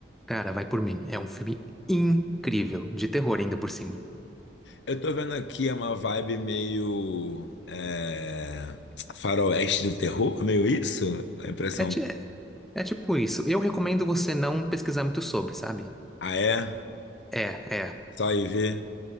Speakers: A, in the centre; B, on the left.
A: Cara, vai por mim. É um filme incrível, de terror ainda por cima.
B: Eu tô vendo aqui é uma vibe meio é, faroeste do terror, meio isso? A impressão.
A: É, ti- é, é tipo isso. Eu recomendo você não pesquisar muito sobre, sabe?
B: Ah, é?
A: É, é.
B: Só aí ver.